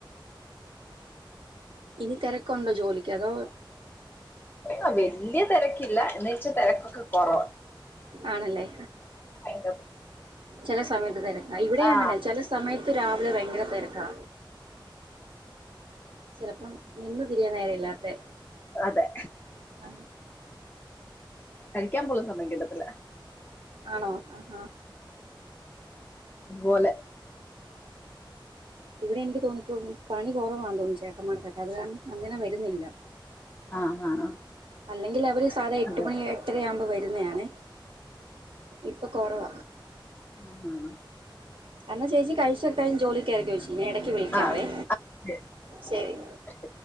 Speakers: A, on the right (about 85°); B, on the left (about 25°).
A: ഇനി തെരക്കുണ്ടോ ജോലിക്ക് അതോ
B: ആഹ് വലിയ തെരക്കില്ല എന്ന് വെച്ചാ തിരക്കൊ കൊറവാ
A: ആണല്ലേ
B: <unintelligible>
A: ചെല സമയത്ത് തെര ഇവിടെ
B: ആഹ്
A: അങ്ങനെ ചെല സമയ തു രാവിലെ ഭയങ്കര തിരക്കാ ചെലപ്പം നിന്ന് തിരിയാൻ നേരയില്ലാത്ത
B: അതെ
A: ആഹ്
B: കഴിക്കാൻ പോലും സമയം കിട്ടത്തില്ല
A: ആണോ അഹാ
B: തുപോലെ
A: ഇവിടെ എനിക്ക് തോന്നിപ്പോകും പണി കൊറവാണെന്നു തോന്നുന്നു ചേട്ടന്മാർക്കൊക്കെ അത് കാരണം അങ്ങനെ വരുന്നില്ല.
B: ആഹ് ആഹ്
A: അല്ലെങ്കിൽ അവര് സാധാ എട്ട്
B: അതെ
A: മണി എട്ടരയാവുമ്പോൾ വരുന്നെയാണേ ഇപ്പ കൊറവ
B: ഉം
A: അന്ന ചേച്ചി കഴിച് ജോലിക്കായിരിക്കും ചേച്ചി എടക്ക് വിളിക്കാവേ.
B: ആഹ് ശരി
A: ശെരി
B: ശരി